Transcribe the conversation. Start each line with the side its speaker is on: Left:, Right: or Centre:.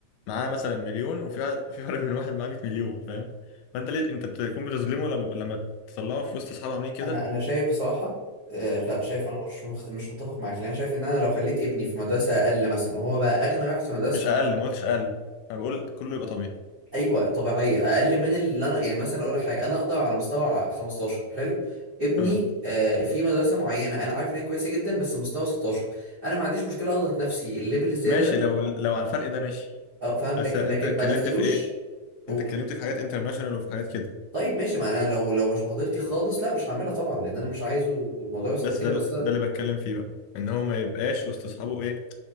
Left: معاه مثلا مليون وفي ع- في فرق بين واحد معاه 100 مليون فاهم فانت ليه انت بتكون بتظلمه لما لما تطلعه في وسط اصحابه عاملين كده
Right: انا انا شايف بصراحه آه، لا شايف انا مش مخت... مش متفق معاك لان انا شايف ان انا لو خليت ابني في مدرسه اقل مثلا وهو بقى اغنى واحد في مدرسته
Left: مش اقل ما قلتش اقل انا بقول كله يبقى طبيعي
Right: ايوه طبيعيه اقل من اللي انا يعني مثلا اقول لك حاجه انا اقدر على مستوى 15 حلو ابني
Left: اه
Right: آه، في مدرسه معينه انا عارف ان هي كويسه جدا بس مستوى 16 انا ما عنديش مشكله اضغط نفسي الليفل الزياده
Left: ماشي
Right: ده
Left: لو اه لو على الفرق ده ماشي
Right: اه فاهم
Left: بس
Right: لكن
Left: انت
Right: لكن
Left: اتكلمت
Right: ما دخلوش
Left: في ايه
Right: قول
Left: انت اتكلمت في حاجات انترناشونال وفي حاجات كده
Right: طيب ماشي ما انا لو لو مش مقدرتي خالص لا مش هعملها طبعا لان انا مش عايزه الموضوع يوصل
Left: بس
Right: لكده
Left: ده
Right: بس أنا-
Left: ده اللي بتكلم فيه بقى ان هو ما يبقاش وسط اصحابه ايه